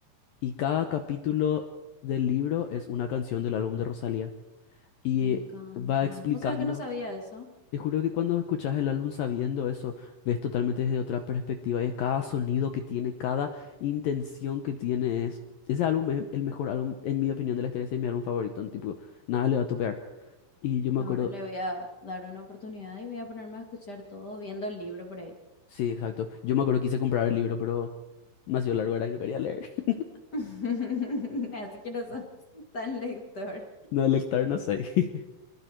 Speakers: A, on the left; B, on the left.
A: Y cada capítulo del libro es una canción del álbum de Rosalía y
B: Me encanta.
A: va explicando.
B: Vos sabés que no sabía eso.
A: Te juro que cuando escuchas el álbum sabiendo eso, ves totalmente desde otra perspectiva y es cada sonido que tiene, cada intención que tiene es... Ese álbum es el mejor álbum, en mi opinión, de la historia, ese es mi álbum favorito, en tipo, nada le va a topear. Y yo me
B: Ahora
A: acuerdo,
B: le voy a dar una oportunidad y voy a ponerme a escuchar todo viendo el libro por ahí.
A: sí, exacto, yo me acuerdo que quise comprar el libro, pero demasiado largo era y no quería leer. <laughs>
B: <laughs> Así que no sos tan lector.
A: No, el no sé. <laughs>